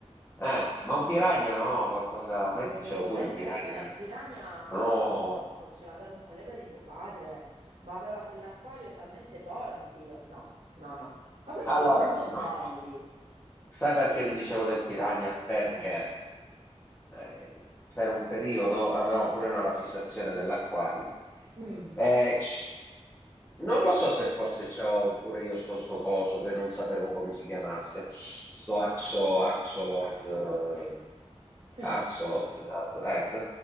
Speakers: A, on the left (about 15°); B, on the right (about 75°).
A: eh, ma un piranha no, qualcosa,
B: No,
A: metticelo pure
B: per
A: il piranha.
B: carità, il
A: eh.
B: piranha
A: No.
B: è sporco, ce l'aveva un collega di mio padre, ma aveva quell'acquario talmente torbido. No, no, no. Ma questi
A: Allora,
B: sono tanto
A: no.
B: belli.
A: Sai perché ti dicevo del piranha? Perché?
B: Eh.
A: eh, per un periodo avevamo pure noi la fissazione dell'acquario.
B: Mm,
A: Eh, c- non lo so se forse c'avevo pure io sto, sto coso che non sapevo come si chiamasse, sto axo, axolot,
B: axolot.
A: eh,
B: <laughs>
A: axolot, esatto, ecco.